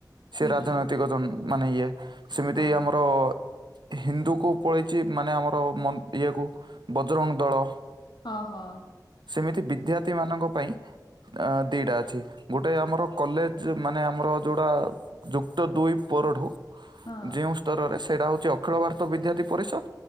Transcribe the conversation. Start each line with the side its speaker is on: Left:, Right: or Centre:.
Right: ସେ
Left: ହୁଁ।
Right: ରାଜନୈତିକ ମାନେ ଇଏ ସେମିତି
Left: ହଁ
Right: ଆମର ହିନ୍ଦୁକୁ ପଳେଇଛି ମାନେ ଆମର ଇଏକୁ ବଜରଙ୍ଗ ଦଳ।
Left: ହଁ ହଁ।
Right: ସେମିତି ବିଦ୍ୟାର୍ଥୀମାନଙ୍କ ପାଇଁ ଦିଟା ଅଛି ଗୋଟେ ଆମର କଲେଜ। ଯେ ମାନେ ଆମର ଯୋଉଟା ଯୁକ୍ତ ଦୁଇ ପରଠୁ
Left: ହଁ
Right: ଯେଉଁ ଉତ୍ତରରେ ସେଇଟା ହେଉଛି ଅଖିଳ ଭାରତ ବିଦ୍ୟାର୍ଥୀ ପରିଷଦ।